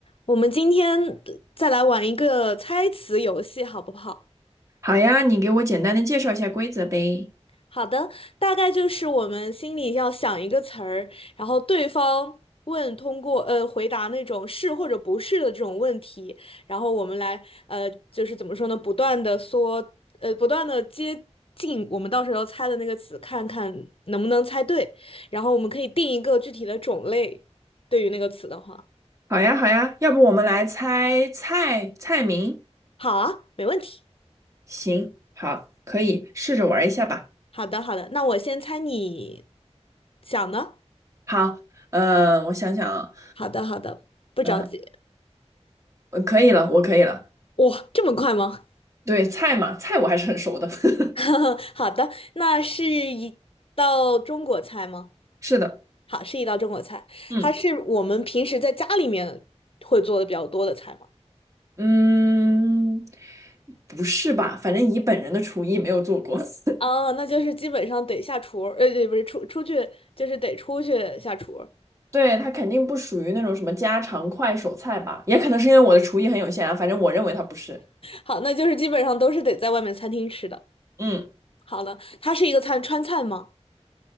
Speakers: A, on the left; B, on the right.
A: 我们今天再来玩一个猜词游戏，好不好？
B: 好呀，你给我简单的介绍一下规则呗。
A: 好的，大概就是我们心里要想一个词儿，然后对方问，通过呃回答那种是或者不是的这种问题，然后我们来呃就是怎么说呢，不断的说，呃不断的接近我们到时候猜的那个词，看看能不能猜对，然后我们可以定一个具体的种类，对于那个词的话，
B: 好呀，好呀，要不我们来猜菜菜名？
A: 好啊，没问题。
B: 行，好，可以试着玩一下吧。
A: 好的，好的，那我先猜你想呢？
B: 好，呃，我想想啊，
A: 好的，好的，不着急。
B: 呃，呃可以了，我可以了。
A: 哇，这么快吗？
B: 对，菜嘛，菜我还是很熟的。<laughs>
A: <laughs> 好的，那是一道中国菜吗？
B: 是的，
A: 好，是一道中国菜，
B: 嗯
A: 它是我们平时在家里面会做的比较多的菜吗？
B: 嗯，不是吧？反正以本人的厨艺没有做过。<laughs>
A: 啊，那就是基本上得下厨呃，对，不是出出去，就是得出去下厨
B: 对，它肯定不属于那种什么家常快手菜吧？也可能是因为我的厨艺很有限啊，反正我认为它不是。
A: 好，那就是基本上都是得在外面餐厅吃的。
B: 嗯。
A: 好的，它是一个餐川菜吗？